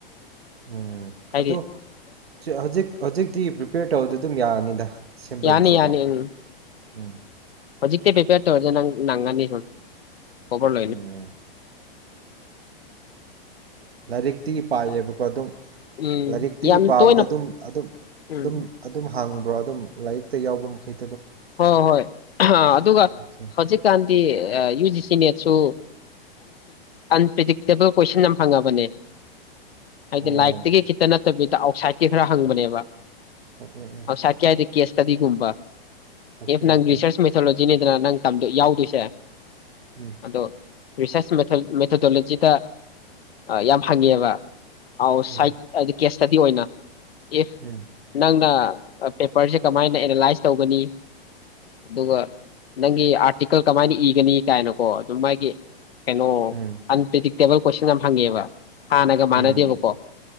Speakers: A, on the right (about 85°); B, on the left (about 80°).
A: ꯎꯝ
B: ꯍꯥꯏꯗꯤ
A: ꯑꯗꯨ ꯍꯧꯖꯤꯛ ꯍꯧꯖꯤꯛꯇꯤ ꯄ꯭ꯔꯤꯄꯦꯌꯔ ꯇꯧꯕꯗꯨ ꯑꯗꯨꯝ ꯌꯥꯔꯅꯤꯗ꯫ ꯗꯤꯁꯦꯝꯕꯔꯒꯤꯁꯦꯀꯣ
B: ꯌꯥꯅꯤ- ꯌꯥꯅꯤ ꯎꯝ꯫
A: ꯎꯝ
B: ꯍꯧꯖꯤꯛꯇꯩ ꯄꯦꯄꯔ ꯇꯧꯔꯗꯤ ꯅꯒꯥꯅꯤ ꯫ <unintelligible>
A: ꯎꯝ ꯂꯥꯏꯔꯤꯛꯇꯤꯒꯤ ꯄꯥꯏꯌꯦꯕꯀꯣ ꯑꯗꯨꯝ
B: ꯎꯝ
A: ꯂꯥꯏꯔꯤꯛꯇꯤꯒꯤ
B: ꯌꯥꯝꯅ
A: ꯄꯥꯕꯗ
B: ꯇꯣꯏꯅ
A: ꯑꯗꯨꯝ ꯑꯗꯨꯝ
B: ꯎꯝ
A: ꯑꯗꯨꯝ ꯑꯗꯨꯝ ꯍꯪꯕ ꯑꯗꯨꯝ ꯂꯥꯏꯔꯤꯛꯇ ꯌꯥꯎꯕ ꯃꯈꯩ
B: ꯍꯣꯏ ꯍꯣꯏ ꯑꯗꯨꯒ
A: ꯑꯣꯀꯦ
B: ꯍꯧꯖꯤꯛꯀꯥꯟꯗꯤ ꯌꯨ ꯖꯤ ꯅꯦꯠꯁꯨ ꯑꯟꯄ꯭ꯔꯤꯗꯤꯛꯇꯦꯕꯜ ꯀꯣꯏꯁꯟ ꯑꯃ ꯐꯪꯉꯕꯅꯦ꯫ ꯍꯥꯏꯗꯤ
A: ꯑꯣ
B: ꯂꯥꯏꯔꯤꯛ ꯇꯒꯤ ꯈꯤꯠꯇ ꯅꯠꯇ ꯕꯤ ꯥ <unintelligible> ꯀ ꯈꯔ ꯍꯪꯕꯅꯦꯕ꯫
A: ꯎꯝ ꯎꯝ ꯎꯝ
B: ꯑꯥꯎꯠꯁꯥꯏꯠ ꯀꯤ ꯍꯥꯏꯗꯤ ꯀꯦꯁ ꯇꯗꯤꯒꯨꯝꯕ
A: ꯑꯣꯀꯦ
B: ꯏꯐ ꯅꯪ
A: ꯑꯣꯀꯦ
B: ꯔꯔꯤꯁꯔꯆ ꯃꯩꯊꯣꯂꯣꯖꯤꯅꯤꯗꯅ ꯅꯪ ꯌꯥꯎꯗꯣꯏꯁꯦ
A: ꯎꯝ
B: ꯑꯗꯣ ꯔꯤꯁꯔꯁ ꯃꯦꯊꯗꯣꯂꯣꯖꯤꯗ ꯌꯥꯝ ꯍꯪꯉꯦꯕ ꯑ ꯁ
A: ꯎꯝ
B: ꯀꯦ ꯆꯗꯤ ꯑꯣꯏꯅ ꯏꯐ
A: ꯎꯝ
B: ꯅꯪꯗꯥ ꯄꯦꯄꯔꯁꯦ ꯀꯃꯥꯏꯅ ꯑꯦꯅꯥꯂꯥꯏꯁ ꯇꯧꯒꯅꯤ ꯑꯗꯨꯒ ꯅꯪꯒꯤ ꯑꯥꯔꯇꯤꯀꯜ ꯀꯃꯥꯏꯅ ꯏꯒꯅꯤ ꯀꯥꯏꯅꯀꯣ ꯑꯗꯨꯝ ꯃꯥꯒꯤ ꯀꯩꯅꯣ
A: ꯎꯝ
B: ꯑꯟꯄꯤꯗꯤꯛ ꯇꯦꯕꯜ ꯀꯣꯏꯁꯟ ꯌꯥꯝ ꯐꯪꯉꯦꯕ ꯍꯥꯟꯅꯒ ꯃꯥꯅꯗꯤꯕ
A: ꯎꯝ
B: ꯀꯣ